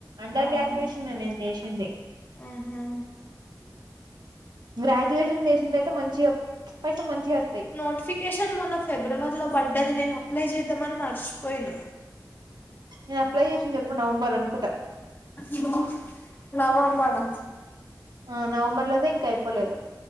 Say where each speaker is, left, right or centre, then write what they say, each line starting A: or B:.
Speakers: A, on the right; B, on the left.
A: అండర్
B: ఆహా
A: గ్రాడ్యుయేషన్ నేను చేసింది
B: ఆహా
A: గ్రాడ్యుయేషన్ చేసింది అయితే మంచిగా పైసాలు మంచిగా వస్త
B: నోటిఫికేషన్ మొన్న ఫిబ్రవరిలో పడ్డది నేను అప్లై చేద్దామని మర్చిపోయినా
A: నేను అప్లై చేసింది ఎప్పుడు నవంబర్ అనుకు
B: ఇగో నవంబర్ లా
A: ఆ నవంబర్ లోదే ఇంకా అయిపోలేదు